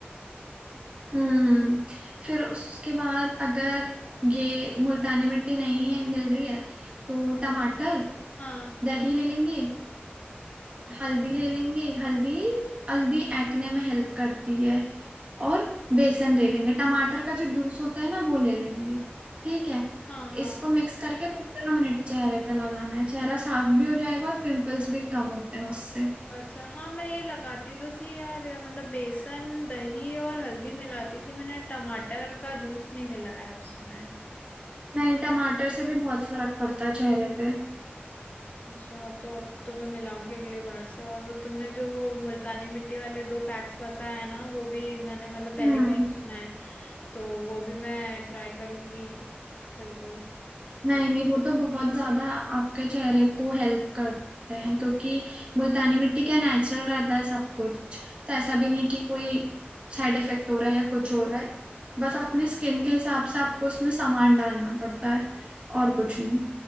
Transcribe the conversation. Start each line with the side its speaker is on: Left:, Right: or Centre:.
Right: हम्म फिर उसके बाद अगर ये मुल्तानी मिट्टी नहीं है मिल रही है तो टमाटर
Left: हाँ
Right: दही ले लेंगे हल्दी ले लेंगे हल्दी हल्दी एक्ने में हेल्प करती है और बेसन ले लेंगे टमाटर का जो जूस होता है ना वो ले लेंगे ठीक है
Left: हाँ हाँ
Right: इसको मिक्स करके पंद्रह मिनट चेहरे पे लगाना है चेहरा साफ भी हो जाएगा और पिंपल्स भी कम होते हैं उससे
Left: अच्छा हाँ मैं ये लगाती तो थी यार या मतलब बेसन दही और हल्दी मिलाती थी मैंने टमाटर का जूस नहीं मिलाया उसमें
Right: नहीं टमाटर से भी बहुत फर्क पड़ता है चेहरे पे
Left: अच्छा तो अब तो मैं मिलाऊंगी अगली बार से और तुमने जो वो मुल्तानी मिट्टी वाले दो पैक्स बताया है ना वो भी मैंने मतलब पहली
Right: हम्म
Left: बार ही सुना है तो वो भी मैं ट्राई करूंगी बिल्कुल
Right: नहीं नहीं वो तो बहुत ज्यादा आपके चेहरे को हेल्प करते हैं क्योंकि मुल्तानी मिट्टी क्या नेचुरल रहता है सब कुछ तो ऐसा भी नहीं कि कोई साइड इफेक्ट हो रहा है या कुछ हो रहा है बस अपनी स्किन के हिसाब से आपको उसमें सामान डालना पड़ता है और कुछ नहीं